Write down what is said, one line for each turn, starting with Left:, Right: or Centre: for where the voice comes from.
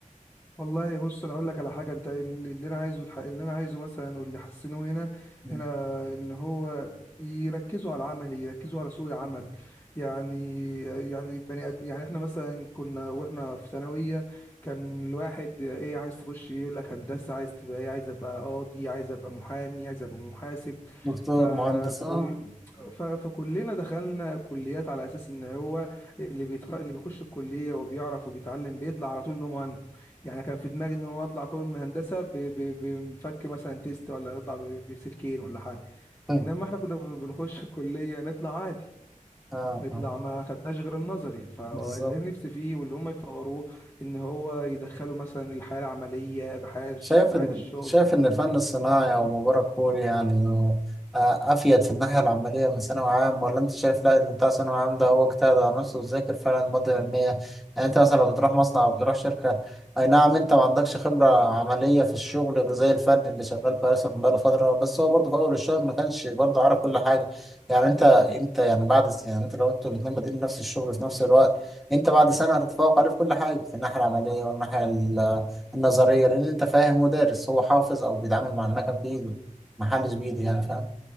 Left: والله بص انا اقول لك على حاجه انت اللي اللي انا عايزه يتحقق- اللي انا عايزه مثلا واللي حسنوه هنا
Centre: مم.
Left: هنا ان هو يركزوا على العمل يركزوا على سوق العمل يعني يعني بني أد... يعني احنا مثلا كنا واحنا في ثانويه كان الواحد ايه عايز تخش إيه؟ يقول لك هندسه عايز تبقى ايه عايز ابقى قاضي عايز ابقى محامي عايز ابقى محاسب
Centre: دكتور
Left: فكل
Centre: مهندس اه
Left: ف... فكلنا دخلنا كليات على اساس ان هو اللي بيتخ... اللي بيخش الكليه وبيعرف وبيتعلم بيطلع على طول ان هو مهندس يعني كان في دماغي ان هو هطلع خرم هندسه ب- ب- بمفك مثلا تيست ولا هطلع ب- بسلكين ولا حاجه
Centre: <laughs>
Left: انما احنا كنا بن- بنخش الكليه نطلع عادي
Centre: اه
Left: نطلع
Centre: آه.
Left: ما خدناش غير النظري فاللي
Centre: بالظبط
Left: نفسي فيه واللي هم يطوروه ان هو يدخلوا مثلا الحياه العمليه بحياه الش-
Centre: شايف
Left: بحياه
Centre: إن
Left: الشغل
Centre: شايف إن الفن الصناعي أو مباراة كوري يعني آه، أفيد في الناحية العملية من ثانوي عام ولا أنت شايف لا اللي بتاع ثانوي عام ده هو اجتهد على نفسه وذاكر فعلا المادة العلمية يعني أنت مثلا لو بتروح مصنع أو بتروح شركة أي نعم أنت ما عندكش خبرة عملية في الشغل غير زي الفن اللي شغال بقى مثلا بقاله فترة بس هو برضه في أول الشغل ما كانش برضه عارف كل حاجة يعني أنت أنت يعني بعد يعني أنت لو أنتوا الاتنين بادئين نفس الشغل في نفس الوقت أنت بعد سنة هتتفوق عليه في كل حاجة في الناحية العملية والناحية النظرية لأن أنت فاهم مدرس هو حافظ أو بيتعامل مع المكن بإيده محلش بإيده يعني فاهم